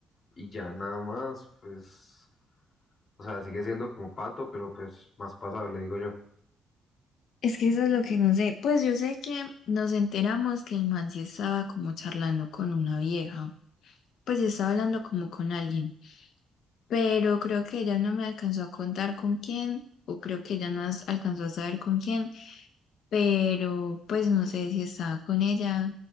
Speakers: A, on the left; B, on the left.
A: y ya nada más, pues, o sea, sigue siendo como pato, pero pues más pasable, digo yo.
B: Es que eso es lo que no sé. Pues yo sé que nos enteramos que el man sí estaba como charlando con una vieja, pues sí estaba hablando como con alguien, pero creo que ella no me alcanzó a contar con quién. O creo que ella no as- alcanzó a saber con quién, pero pues no sé si estaba con ella,